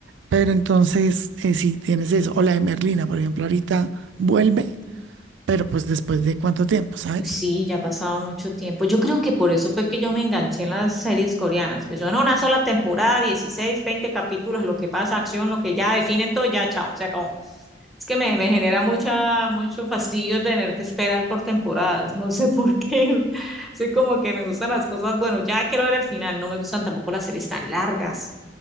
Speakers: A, on the right; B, in the centre.
A: pero entonces eh, sí tienes eso. O la de Merlina, por ejemplo, ahorita vuelve, pero pues después de cuánto tiempo, ¿sabes?
B: Uy, Sí, ya ha pasado mucho tiempo. Yo creo que por eso fue que yo me enganché en las series coreanas, que son una sola temporada, 16, 20 capítulos, lo que pasa, acción, lo que ya definen todo, ya, chao, se acabó. Es que me, me genera mucha, mucho fastidio tener que esperar por temporadas. No sé por qué. <laughs> Soy como que me gustan las cosas. Bueno, ya quiero ver el final. No me gustan tampoco las series tan largas.